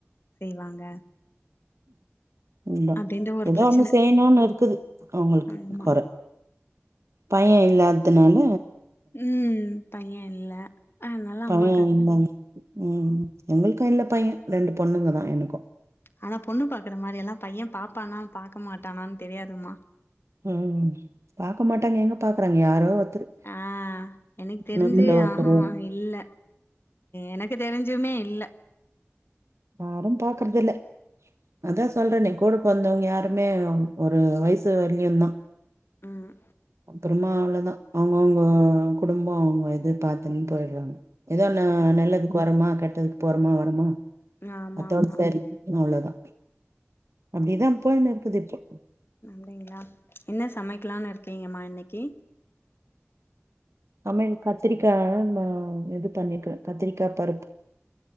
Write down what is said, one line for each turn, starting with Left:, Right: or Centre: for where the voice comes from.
Left: செய்வாங்க
Right: இல்ல
Left: அப்டின்ற ஒரு
Right: ஏதோ
Left: பிரச்சன
Right: ஒண்ணு செய்ணுனு இருக்குது அவுங்களுக்கு
Left: ஆமா
Right: கொற பைய இல்லாதுனால
Left: ம் பையன் இல்ல அதனால
Right: பையன்
Left: அம்மாக்கு அது
Right: இல்லனு ம் எங்களுக்கு இல்ல பையன் ரெண்டு பொண்ணுங்க தா எனக்கும்
Left: ஆனா பொண்ணு பாக்குற மாரியெல்லா பைய பாப்பானா பாக்க மாட்டானான்னு தெரியாதுமா
Right: ம் பாக்க மாட்டாங்க எங்க பாக்குறாங்க யாரோ ஒருத்தரு
Left: ஆ எனக்கு தெரிஞ்சு
Right: நூத்துல ஒருத்தரு
Left: ஆ ஹா இல்ல எனக்கு தெரிஞ்சுமே இல்ல
Right: யாரும் பாக்குறது இல்ல அதா சொல்றனே கூட பொறந்தவங்க யாருமே ஒரு வயசு வர்லயு தா
Left: ம்
Right: அப்றமா அவ்ளோ தா அவுங்கவுங்க குடும்போ அவுங்க இது பாத்துன்னு போய்ட்றாங்க ஏதோ ஒண்ணு
Left: ம்
Right: நல்லதுக்கு வரோமா கெட்டதுக்கு போறோமா வரோமா
Left: ஆமா
Right: அத்தோட
Left: ஆமா
Right: சரி அவ்ளோ தா அப்டிதா போய்னுருக்குது இப்போ
Left: அப்டிங்களா என்ன சமைக்கலானு இருக்கீங்கம்மா இன்னைக்கி
Right: சமையல் கத்திரிக்கா அந்த இது பண்ணிருக்கே கத்திரிக்கா பருப்பு